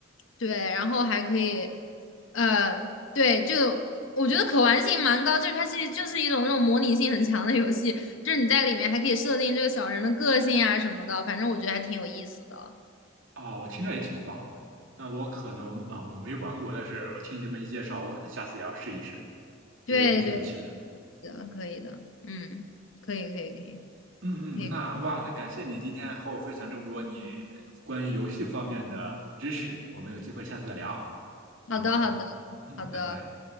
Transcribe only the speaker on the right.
啊，我听着也挺棒。那我可能啊，我没玩过，但是我听你这么一介绍，我可能下次也要试一试，觉得应该挺有趣的。
嗯嗯，
那哇，那感谢你今天和我分享这么多你关于游戏方面的知识，我们有机会下次再聊，
好吗？嗯，
拜拜。